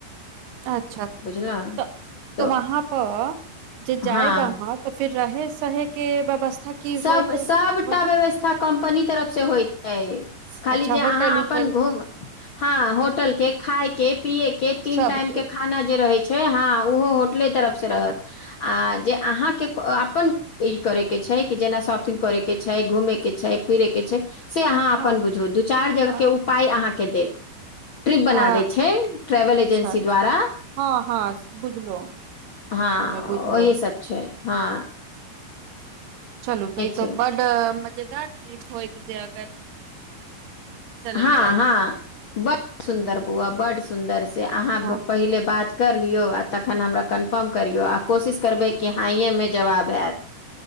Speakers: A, on the right; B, on the left.
A: अच्छा त
B: बुझलहु
A: त
B: तऽ
A: वहां प जे जायब
B: हँ
A: आहां त फेर रहै सहै के व्यवस्था की
B: सब
A: होयत
B: सबटा
A: होगी
B: व्यवस्था कंपनी तरफ से होइ यैस खाली
A: अच्छा
B: जे अहां
A: होटल उटल
B: अपन घोघ हां, होटल के, खाय के, पियै के, तीन
A: सबके
B: टाइम के खाना जे रहै छै हां उहो होटले तरफ से रहत। आ जे अहांके क अपन इ करैके छै जेना शॉपिंग करै के छै, घुमे के छै फिरे के छै से अहां अपन
A: हँ
B: बुझु, दू चारि जगह
A: आ
B: के उ पाई अहांके देत। ट्रिप बना
A: आ
B: दै छै ट्रेवल एजेंसी
A: च्छा अच्छा
B: द्वारा
A: हां हां से बुझलो
B: हां
A: हमे बुझलो
B: ओहि सब छै हां
A: चलु कइतौ
B: छै
A: बड मजेदार ट्रीप होयत जे अगर चलल
B: हँ
A: जाय
B: हँ
A: तऽ
B: बड सुन्दर बौआ बड सुन्दर से अहाँ
A: हँ
B: पहिले बात कर लियौ आ तखन हमरा कन्फर्म करियौ आ कोशिश करबै कि हँ यें मे जवाब आएत